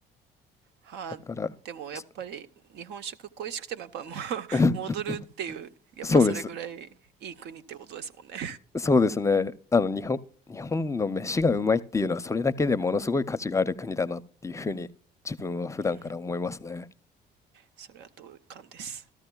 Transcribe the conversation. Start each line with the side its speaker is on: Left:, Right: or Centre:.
Right: はあ、
Left: だから、
Right: でもやっぱり日本食恋しくてもやっぱもう
Left: そ
Right: <laughs>
Left: <laughs>
Right: 戻るっていう、やっぱそれぐらいいい国ってことですもんね。
Left: そうです。そうですね。あの、日本、日本の飯がうまいっていうのは、それだけでものすごい価値がある国だなっていうふうに、自分は普段から思いますね。
Right: うん。それは同感です。